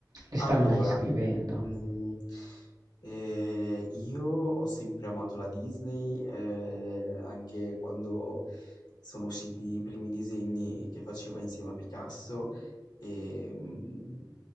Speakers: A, on the right; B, on the left.
A: le stanno
B: Allora,
A: riscrivendo.
B: mm, eh, io ho sempre amato la Disney, eh, anche quando sono usciti i primi disegni che faceva insieme a Picasso, e mm,